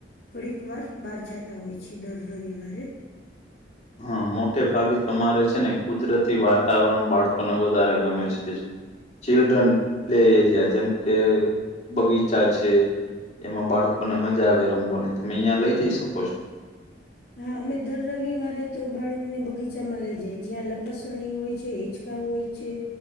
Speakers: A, on the left; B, on the left.
A: થોડીક વાર બહાર જતા હોય છે દર રવિવારે.
B: હા મોટે ભાગે તમારે છે ને કુદરતી વાતાવરણ બાળકોને વધારે ગમે છે જ. ચિલ્ડ્રન પ્લે એરિયા જેમ કે બગીચા છે- - એમાં બાળકોને મજા આવે રમવો ને તમે અહિયાં લઈ જઈ શકો છો
A: હા અમે દર રવિવારે તો બાળકને બગીચામાં લઈ જઈ જ્યાં લપસણી હોય છે હચ હોય છે